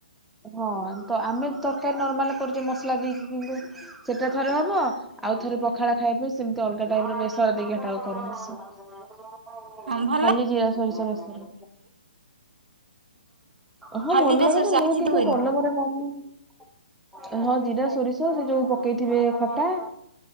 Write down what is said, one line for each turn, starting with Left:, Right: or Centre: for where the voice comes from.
Centre: ହଁ ତ ଆମେ ତରକାରୀ ନର୍ମାଲ କରୁଛେ ମସଲା ଦେଇକି କିନ୍ତୁ ସେଟା ଥରେ ହବ ଆଉ ଥରେ ପଖାଳ ଖାଇବା ପାଇଁ ସେମିତି ଅଲଗା ଟାଇପ ର ବେସର ଦେଇକିଟା ଦରକାର୍ ହବ।
Right: ହଁ ଭଲ
Centre: ଖାଲି ଜିରା ସୋରିଷ ବେଶର। ହଁ
Right: ଖାଲି
Centre: ଭଲ
Right: ରେ
Centre: ଲାଗେ
Right: ସୋରିଷ
Centre: ଜେ ମୁଁ
Right: ଆଉ କିଛି
Centre: କିନ୍ତୁ
Right: ହୁଏନି।
Centre: କଲମରେ ମାରୁନିି। ହଁ ଜିରା ସୋରିଷ ସେ ଯୋଉ ପକେଇଥିବେ ଖଟା,